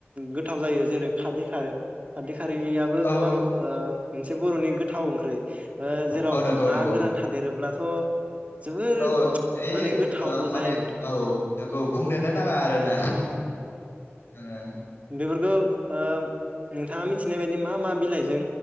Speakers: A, on the right; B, on the left.
A: गोथाव जायो जेरै खादै खारो खारै खारैयाबो
B: औ
A: गोबां ओ मोनसे बर'नि गोथाव ओंख्रै जेराव
B: औ नंगौ नंगौ
A: ना गोरान थादेरोब्लाथ' जोबोर
B: औ ओइ
A: माने गोथाव
B: ओ माने
A: जायो नोंथां
B: औ
A: नोंगौना?
B: नंगौ बुंनोनो नाङा आरोना ओ
A: फोरखौ ओ नोंथाङा मिथिनाय बाय बि मा मा बिलाइजों